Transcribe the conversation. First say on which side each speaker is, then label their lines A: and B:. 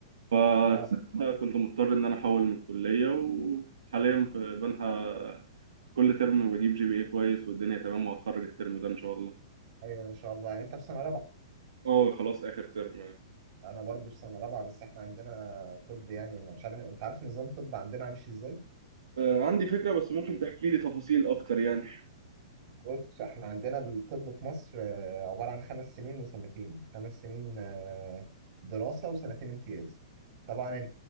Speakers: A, on the right; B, on the right.
A: فكنت
B: اه
A: <laughs> مضطر إن أنا أحول من الكلية وحاليا في بنها كل ترم بجيب جي بي اي كويس والدنيا تمام وهتخرج الترم ده إن شاء الله.
B: ايوه ما شاء الله يعني انت في سنة رابعة
A: اه خلاص آخر ترم
B: انا برضو في سنه رابعه بس احنا عندنا طب يعني انا مش عارف انت عارف نظام طب عندنا ماشي ازاي
A: آه، عندي فكرة بس ممكن تحكي لي تفاصيل أكتر يعني
B: بص احنا عندنا الطب في مصر آه، عباره عن خمس سنين وسنتين خمس سنين آه، دراسه وسنتين امتياز طبعا